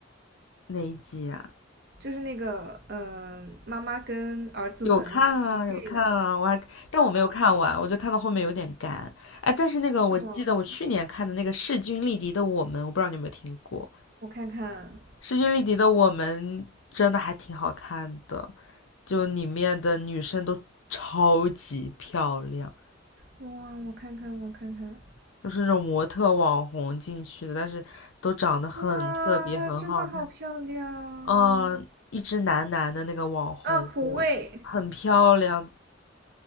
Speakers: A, on the left; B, on the right.
A: 哪一集啊？
B: 就是那个，嗯，妈妈跟儿子们匹配的，
A: 有看啊，有看啊，我还，但我没有看完，我就看到后面有点干。哎，但是那个我记得我去年看的那个势均力敌的我们，
B: 是吗？
A: 我不知道你有没有听过，
B: 我看看，
A: 势均力敌的我们真的还挺好看的，就里面的女生都超级漂亮。
B: 哇，我看看，我看看，
A: 就是那种模特网红进去的，但是都长得很特别，
B: 哇，
A: 很好看。
B: 真的好漂亮
A: 嗯，一只男男的那个网红，
B: 啊！胡卫，
A: 我很漂亮，